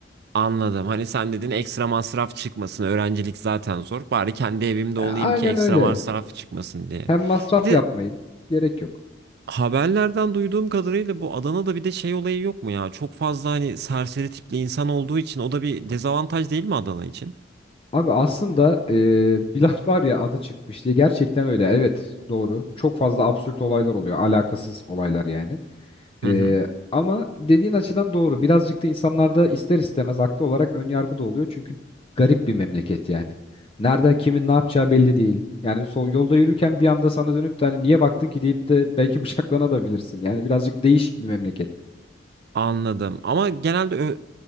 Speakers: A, on the right (about 55°); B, on the left (about 30°).
A: Anladım. Hani sen dedin ekstra masraf çıkmasın. Öğrencilik zaten zor. Bari kendi evimde
B: E,
A: olayım
B: aynen
A: ki ekstra
B: öyle.
A: masraf çıkmasın diye.
B: Hem masraf
A: Bir de
B: yapmayayım. Gerek yok.
A: Haberlerden duyduğum kadarıyla bu Adana'da bir de şey olayı yok mu ya? Çok fazla hani serseri tipli insan olduğu için o da bir dezavantaj değil mi Adana için?
B: Abi aslında eee, bir laf var ya adı çıkmış diye gerçekten öyle. Evet doğru. Çok fazla absürt olaylar oluyor. Alakasız olaylar yani.
A: Hı
B: Eee,
A: hı.
B: ama dediğin açıdan doğru. Birazcık da insanlarda ister istemez haklı olarak ön yargı da oluyor. Çünkü garip bir memleket yani. Nerede kimin ne yapacağı belli değil. Yani sol, yolda yürürken bir anda sana dönüp de hani niye baktın ki deyip de belki <laughs> bıçaklanabilirsin. Yani birazcık değişik bir memleket.
A: Anladım. Ama genelde ö-